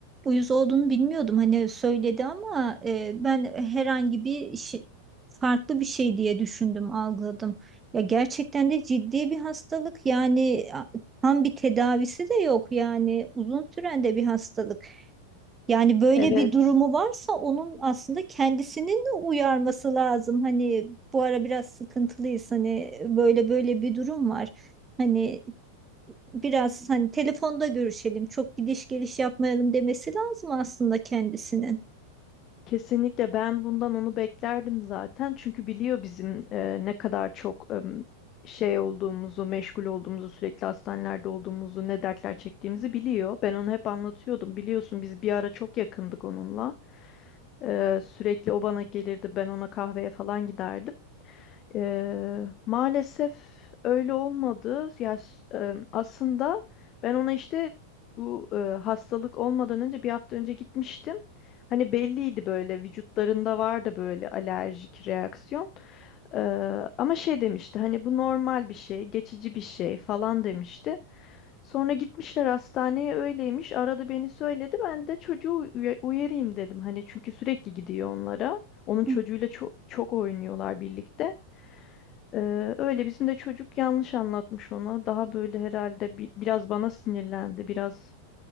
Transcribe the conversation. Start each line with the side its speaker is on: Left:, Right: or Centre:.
Right: uyuz olduğunu bilmiyordum. Hani söyledi ama e, ben herhangi bir şey, farklı bir şey diye düşündüm, algıladım. Ya gerçekten de ciddi bir hastalık. Yani a- tam bir tedavisi de yok. Yani uzun süren de bir hastalık. Yani böyle
Left: Evet.
Right: bir durumu varsa onun aslında kendisinin de uyarması lazım. Hani bu ara biraz sıkıntılıyız. Hani böyle böyle bir durum var. Hani biraz hani telefonda görüşelim, çok gidiş geliş yapmayalım demesi lazım aslında kendisinin.
Left: Kesinlikle ben bundan onu beklerdim zaten. Çünkü biliyor bizim e, ne kadar çok em, şey olduğumuzu, meşgul olduğumuzu, sürekli hastanelerde olduğumuzu, ne dertler çektiğimizi biliyor. Ben onu hep anlatıyordum. Biliyorsun biz bir ara çok yakındık onunla. Ee, sürekli o bana gelirdi, ben ona kahveye falan giderdim. Eee, maalesef öyle olmadı. Ya s- e, aslında ben ona işte bu e, hastalık olmadan önce bir hafta önce gitmiştim. Hani belliydi böyle vücutlarında vardı böyle alerjik reaksiyon. Eee, ama şey demişti hani bu normal bir şey, geçici bir şey falan demişti. Sonra gitmişler hastaneye öyleymiş. Aradı beni söyledi. Ben de çocuğu uya- uyarayım dedim. Hani çünkü sürekli gidiyor onlara. Onun
Right: Hı.
Left: çocuğuyla çok çok oynuyorlar birlikte. Ee, öyle bizim de çocuk yanlış anlatmış ona. Daha böyle herhalde bi- biraz bana sinirlendi. Biraz